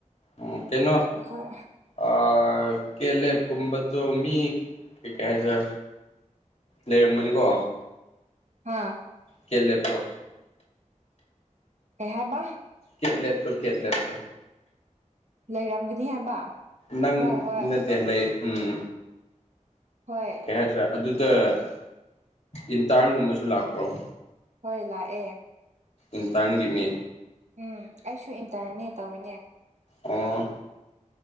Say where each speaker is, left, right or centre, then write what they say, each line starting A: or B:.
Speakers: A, on the left; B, on the right.
A: ꯎꯝ ꯀꯩꯅꯣ
B: ꯑꯩꯈꯣꯏ
A: ꯑ ꯀꯦꯂꯦ ꯀꯨꯨꯝꯕꯣ ꯃꯤ ꯀꯩ ꯀꯦꯁꯦ ꯂꯩꯔꯝꯕꯅꯤꯀꯣ
B: ꯍꯥꯥ
A: ꯀꯦꯂꯦꯞꯇꯣ
B: ꯀꯩ ꯍꯥꯏꯕ
A: ꯀꯦ ꯂꯦꯞꯇꯣ ꯀꯠꯂꯦꯞꯇꯣ
B: ꯂꯩꯔꯝꯒꯅꯤ ꯍꯥꯏꯕ
A: ꯅꯪ
B: ꯍꯣꯏ ꯍꯣꯏ
A: ꯅꯠꯇꯦꯍ ꯂꯩ ꯎꯝ
B: ꯍꯣꯏ
A: ꯀꯩ ꯍꯥꯏꯁꯤꯔ ꯑꯗꯨꯗ ꯏꯟꯇꯥꯔꯟꯒꯨꯝꯕꯁꯨ ꯂꯥꯛꯄ꯭ꯔꯣ
B: ꯍꯣꯏ ꯂꯥꯛꯑꯦ
A: ꯏꯟꯇꯥꯟꯒꯤꯃꯤ
B: ꯎꯝ ꯑꯩꯁꯨ ꯏꯟꯇꯔꯅꯦ ꯇꯧꯋꯤꯅꯦ
A: ꯑꯣ